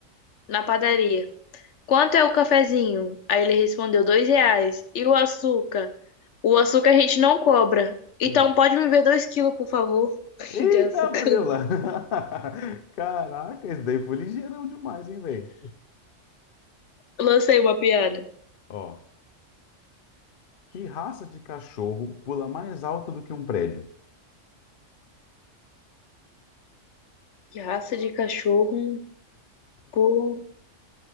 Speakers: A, on the left; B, on the left.
A: na padaria. Quanto é o cafezinho? Aí ele respondeu, dois reais. E o açúcar? O açúcar a gente não cobra. Então
B: Hum.
A: pode me ver dois quilos, por favor, <laughs>
B: Eita,
A: de açúcar.
B: Prela! <laughs> Caraca, esse daí foi ligeirão demais, hein, velho?
A: Lancei uma piada.
B: Ó, que raça de cachorro pula mais alto do que um prédio?
A: Que raça de cachorro pô,